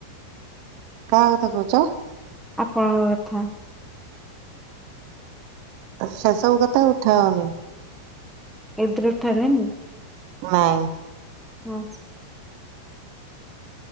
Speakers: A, on the right; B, in the centre.
A: କାହା କଥା କହୁଛ?
B: ଆପଣଙ୍କ କଥା।
A: ସେେ ସବୁ କଥାେ ଉଠାଅନି?
B: ଏ ଦରଠାନେନି?
A: ନାଇଁ।
B: ହଁ।